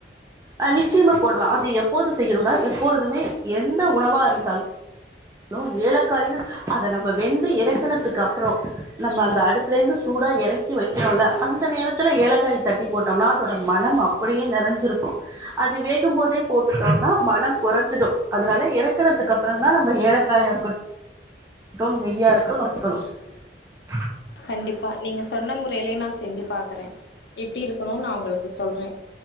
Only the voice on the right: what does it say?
அ நிச்சயமா போடலாம் அது எப்போது செய்யணும்னா எப்பொழுதுமே எந்த உணவா இருந்தாலும் ன்னு ஏலக்காயு அத நம்ம வெந்து இறக்குனத்துக்கு அப்புறம் நம்ம அந்த அடுப்புல இருந்து சூடா ஏறக்கி வைக்கிரொல அந்த நேரத்துல ஏலக்காயே தட்டி போட்டோம்னா அதோட மனம் அப்டியே நெறஞ்சிருக்கும் அது வேகும் போதே போட்டுட்டோம்னா மனம் குறைஞ்சிடும் அதனால இறக்குனத்துக்கு அப்புறம் தான் நம் ம்ப ஏழக்காய இருக்கு <unintelligible>